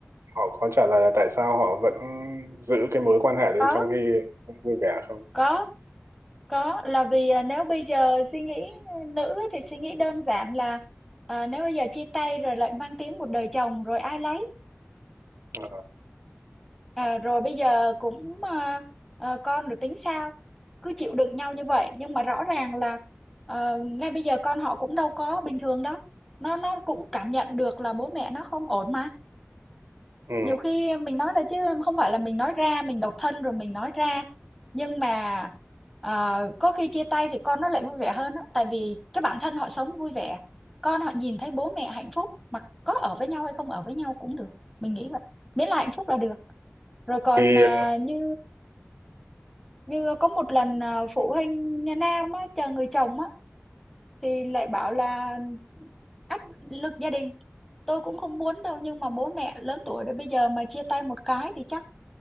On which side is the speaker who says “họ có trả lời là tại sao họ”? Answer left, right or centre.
Right